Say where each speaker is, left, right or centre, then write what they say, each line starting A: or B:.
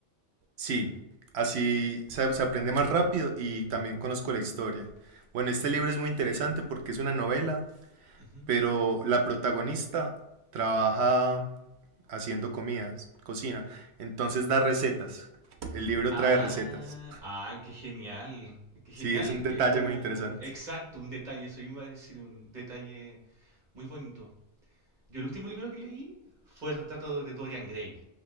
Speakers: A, on the right; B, on the right.
A: Sí, así se, se aprende más rápido y
B: Ujú,
A: también conozco la historia. Bueno, este libro es muy interesante porque es una novela
B: ujú.
A: Pero la protagonista trabaja haciendo comidas, cocina, entonces da recetas. El libro
B: Ah,
A: trae recetas.
B: ah, qué genial. Qué genial,
A: Sí, es un detalle
B: que es como...
A: muy interesante.
B: Exacto, un detalle. Eso iba a decir, un detalle muy bonito. Yo el último libro que leí fue el retrato de Dorian Gray.